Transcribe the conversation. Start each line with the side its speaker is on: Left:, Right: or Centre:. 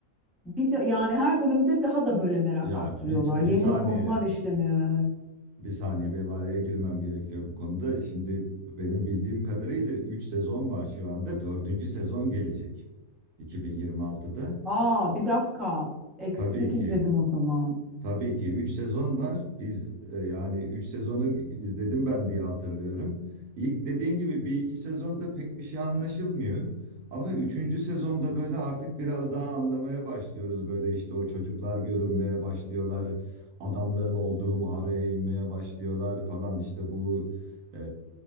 Centre: Bir de yani her bölümde daha da böyle merak
Right: Ya
Centre: arttırıyorlar.
Right: bir, bir
Centre: Yeni
Right: saniye.
Centre: konular işleniyor.
Right: Bir saniye benim araya girmem gerekiyor bu konuda. Şimdi benim bildiğim kadarıyla 3 sezon var şu anda. 4. sezon gelecek 2026'da.
Centre: Aa bir dakika. Eksik
Right: Tabii ki
Centre: izledim o zaman.
Right: Tabii ki 3 sezon var. Biz e, yani 3 sezonu izledim ben diye hatırlıyorum. İlk dediğin gibi bir iki sezonda pek bir şey anlaşılmıyor. Ama üçüncü sezonda böyle artık biraz daha anlamaya başlıyoruz. Böyle işte o çocuklar görünmeye başlıyorlar. Adamların olduğu mağaraya inmeye başlıyorlar falan. İşte bu e,